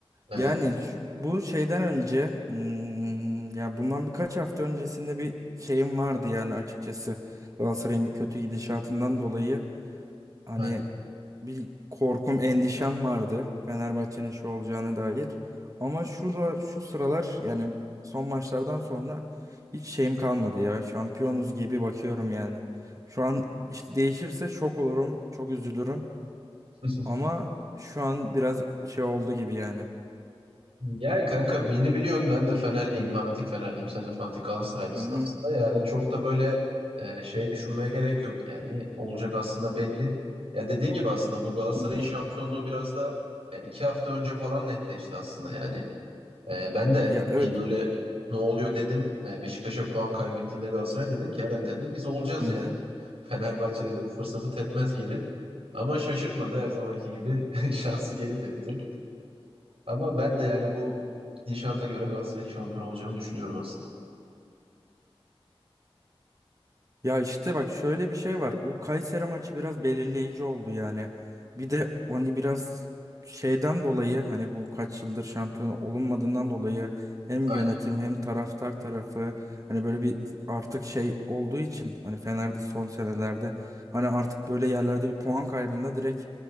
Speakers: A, on the right (about 75°); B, on the right (about 35°).
A: Evet.
B: Yani şu- bu şeyden önce hmm, ya bundan birkaç hafta öncesinde bir şeyim vardı yani açıkçası Galatasaray'ın bir kötü gidişatından dolayı hani
A: aynen.
B: bir korkum endişem vardı Fenerbahçe'nin şu olacağına dair. Ama şu da- şu sıralar yani son maçlardan sonra hiç şeyim kalmadı ya şampiyonuz gibi bakıyorum yani. Şu an işte değişirse şok olurum çok üzülürüm
A: <laughs>
B: ama şu an biraz şey oldu gibi yani.
A: Yani kanka beni biliyorsun ben de Fenerliyim. Fanatik Fenerliyim. Sen de fanatik Galatasaraylısın
B: Hı hı.
A: aslında. Yani çok da böyle e, şey düşünmeye gerek yok yani. Olacak aslında belli. Ya dediğin gibi aslında bu Galatasaray'ın
B: Hı hı.
A: şampiyonluğu biraz da ya iki hafta önce falan netleşti aslında. Yani e, ben de
B: Ya evet.
A: bir böyle ne oluyor dedim. E, Beşiktaş'a puan kaybettiğinde Galatasaray dedim ki herhalde dedim biz olacağız
B: Hı hı.
A: yani. <laughs> Fenerbahçe dedim bu fırsatı tepmez geri. Ama şaşırtmadı her zamanki gibi <laughs> şansı geri tepti. Ama ben de yani bu gidişata göre Galatasaray'ın şampiyon olacağını düşünüyorum aslında.
B: Ya işte bak şöyle bir şey var. O Kayseri maçı biraz belirleyici oldu yani. Bir de hani biraz şeyden dolayı hani bu kaç yıldır şampiyon olunmadığından dolayı hem
A: Aynen,
B: yönetim hem taraftar tarafı hani böyle bir artık şey olduğu için hani Fener'de son senelerde hani artık böyle yerlerde bir puan kaybında direkt